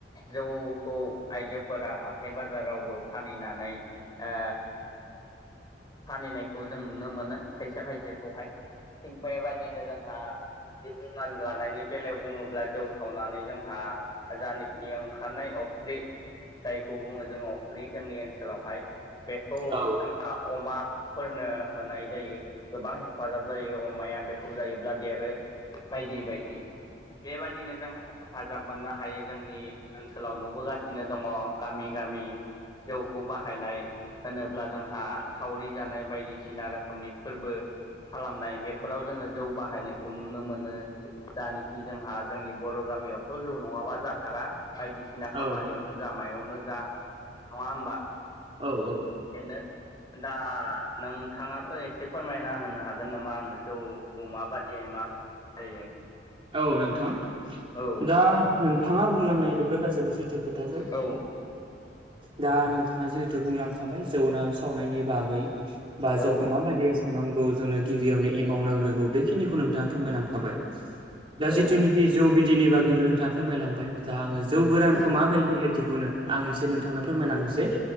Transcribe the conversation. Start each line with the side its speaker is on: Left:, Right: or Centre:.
Left: जौखौ आइजोफोरा हाथाय बाजारावबो फानैनानै ओ फानैनायखौ जों नुनो मोनो खायसे खायसेखौहाय थिग बेबायदिनो जोंहा जिब जुनार लानायनि बेलायाव बुङोब्ला जौ सावनानै जोंहा जानेखि ओंखारनाय अफ्रि जायखौ बुङो जोङो अफ्रि जोंनि ओनसोलावहाय बेखौ
Right: औ
Left: जोंहा अमाफोरनो होनाय जायो गोबां हेफाजाब जायो अमाया बेखौ जायोब्ला देरो बायदि बायदि बेबादिनो जोंहा हेफाजाब मोननो हायो जोंनि ओनसोलाव नुबोगासिनो दङ गामि गामि जौखौ बाहायनाय होनोब्ला जोंहा सावरि जानाय बायदिसिना रोखोमनि फोरबो खालामनाय बे फोराव जोङो जौ बाहायनायखौ नुनो मोनो जानेखि जोंहा जोंनि बर' गामियावथ' जौ नङाबा जाथारा बायदिसिना
Right: औ
Left: खामानियावनो जा मायावनो जा नङा होमबा
Right: औ औ
Left: बेनो दा नोंथाङाबो एसे फोरमायना होनो हागोन नामा आंनो जौखौ माबादियै मा जायो
Right: औ नोंथां
Left: औ
Right: दा नोंथाङा बुंलांनाया बेफोर गासैबो सैथो खोथाजोब
Left: औ
Right: दा नोंथाङा जिहेथु बुंलांखाबाय जौना सावनायनि बागै बा
Left: औ
Right: जोंखौ माबायदियै सावनांगौ जोंनो गिबियावनो एमाव नांग्रोगौ बेखिनिखौ नोंथाङा फोरमायलांखाबाय दा जिथुनिखि
Left: औ
Right: जौ बिदैनि बागैबो नोंथाङा फोरमायलांबाय दा आङो जौ गोरानखौ
Left: औ
Right: माबायदिहाय दिहुनो आं एसै नोंथांनो फोरमायलांनोसै